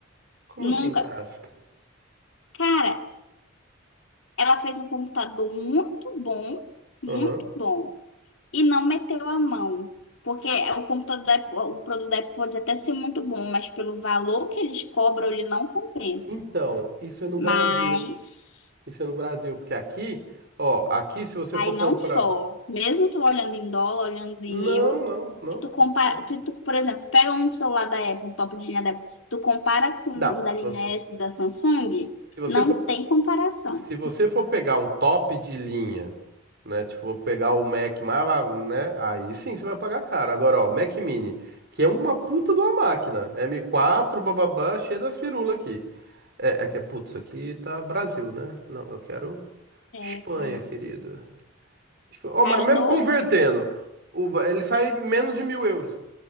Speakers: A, on the right; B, on the left.
A: Como
B: Nunca.
A: assim, graça?
B: Cara, ela fez um computador muito bom, muito
A: Aham.
B: bom. E não meteu a mão. Porque o computador da Apple, o produto da Apple pode até ser muito bom, mas pelo valor que eles cobram, ele não compensa.
A: Então, isso é no Brasil.
B: Mas.
A: Isso é no Brasil, porque aqui, ó, aqui se você
B: Aí
A: for comprar.
B: não só, mesmo tu olhando em dólar, olhando
A: Não,
B: em euro,
A: não, não,
B: se tu compara,
A: não.
B: se tu, por exemplo, pega um celular da Apple, um top de linha da Apple, tu compara com
A: Dá.
B: o da
A: Se
B: linha
A: você,
B: S da Samsung,
A: se você
B: não
A: for,
B: tem comparação.
A: se você for pegar um top de linha, né? Tipo, vou pegar o Mac mais, ah, né? Aí sim você vai pagar caro. Agora, ó, o Mac Mini, que é uma puta de uma máquina. m quatro, bababá, cheio das firulas aqui. É, é que, putz, isso aqui tá Brasil, né? Não, eu quero
B: É,
A: Espanha,
B: cara.
A: querido. Espa- Ó,
B: Mas
A: mas mesmo
B: no,
A: convertendo, o va- ele sai menos de mil euros.